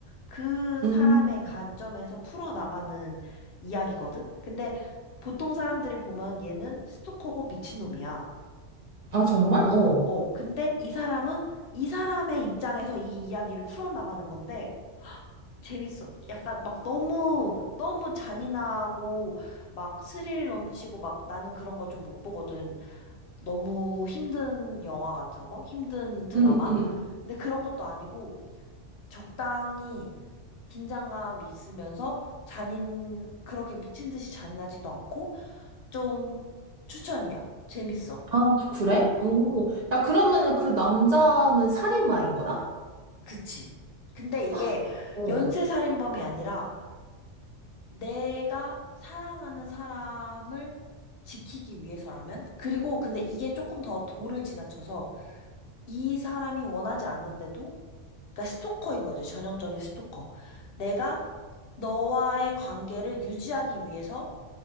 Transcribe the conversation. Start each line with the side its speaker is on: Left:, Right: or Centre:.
Left: 그
Right: 음.
Left: 사람의 관점에서 풀어나가는 이야기거든. 근데 보통 사람들이 보면 얘는 스토커고 미친놈이야.
Right: 아, 정말? 어.
Left: 어, 근데 이 사람은 이 사람의 입장에서 이 이야기를 풀어나가는 건데 재밌어. 약간 막 너무, 너무 잔인하고, 막 스릴 넘치고, 막 나는 그런 거 좀 못 보거든. 너무 힘든 영화 같은 거? 힘든 드라마?
Right: 응, 응.
Left: 근데 그런 것도 아니고, 적당히 긴장감 있으면서 잔인, 그렇게 미친 듯이 잔인하지도 않고, 좀 추천이야. 재밌어.
Right: 아, 그래? 오.
Left: 응,
Right: 야, 그러면은 그 남자는 살인마인 거야?
Left: 그치. 근데 이게
Right: 헉, 어.
Left: 연쇄살인범이 아니라, 내가 사랑하는 사람을 지키기 위해서라면? 그리고 근데 이게 조금 더 도를 지나쳐서 이 사람이 원하지 않는데도, 그러니까 스토커인 거죠. 전형적인 스토커. 내가 너와의 관계를 유지하기 위해서